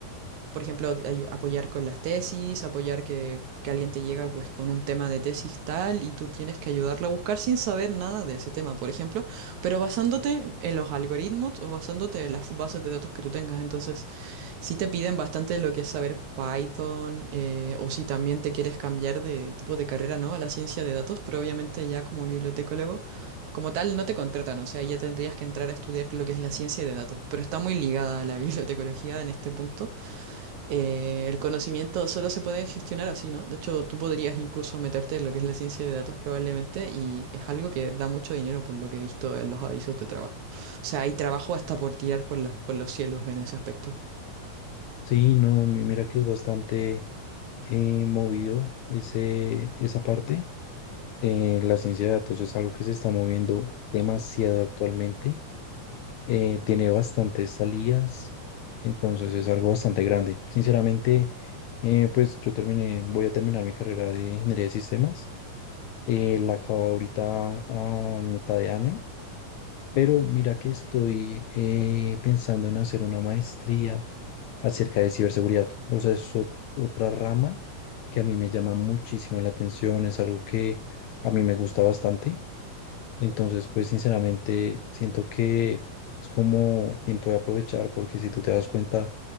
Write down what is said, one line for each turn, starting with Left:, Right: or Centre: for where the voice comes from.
Right: Por ejemplo, ay- apoyar con las tesis, apoyar que, que alguien te llega pues con un tema de tesis tal y tú tienes que ayudarle a buscar sin saber nada de ese tema, por ejemplo, pero basándote en los algoritmos o basándote en las bases de datos que tú tengas. Entonces, si te piden bastante lo que es saber Python eh, o si también te quieres cambiar de tipo de carrera, ¿no? A la ciencia de datos, pero obviamente ya como bibliotecólogo, como tal, no te contratan, o sea, ya tendrías que entrar a estudiar lo que es la ciencia de datos, pero está muy ligada a la <laughs> bibliotecología en este punto. Eh, el conocimiento solo se puede gestionar así, ¿no? De hecho, tú podrías incluso meterte en lo que es la ciencia de datos probablemente y es algo que da mucho dinero por lo que he visto en los avisos de trabajo. O sea, hay trabajo hasta por tirar por las- por los cielos en ese aspecto.
Left: Sí, no, mi- mira que es bastante eh, movido ese, esa parte. Eh, la ciencia de datos es algo que se está moviendo demasiado actualmente eh, tiene bastantes salidas, entonces es algo bastante grande. Sinceramente, eh, pues yo terminé, voy a terminar mi carrera de ingeniería de sistemas. eh, la acabo ahorita a mitad de año, pero mira que estoy eh, pensando en hacer una maestría acerca de ciberseguridad. O sea, es ot- otra rama que a mí me llama muchísimo la atención, es algo que a mí me gusta bastante. Entonces, pues sinceramente siento que es como tiempo de aprovechar, porque si tú te das cuenta,